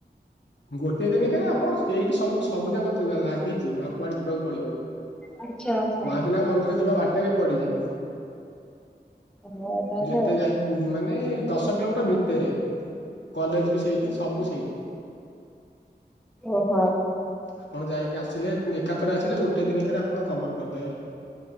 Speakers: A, on the left; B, in the centre.
A: ଗୋଟେ ଦିନ କେରେ ଆପଣ ସେଇଠି ସବୁ ସବୁ ଯାକ ଲାଗିଛି ଆଉ କୁଆଡେ ଯିବାକୁ ପଡିବନି।
B: ଆଚ୍ଛା ଆଚ୍ଛା
A: ମହାବିନାୟକ ମନ୍ଦିର ଯିବା ବା ଟରେ ପଡିଯିବ
B: ହଉ ତାହେଲେ
A: ଯେତେ
B: ଆଉ
A: ଯାଇ ମାନେ ଦଶ କିଲୋମିଟର ଭିତରେ। କଲେଜ ବି ସେଇଠି ସବୁ ସେଇଠି।
B: ଓହୋ।
A: ଆପଣ ଯାଇକି ଆସିଲେ ଏକାଥରେ ଆସିଲେ ଗୋଟେ ଦିନିକରେ ଆପଣ କଭର କରିଦେବେ।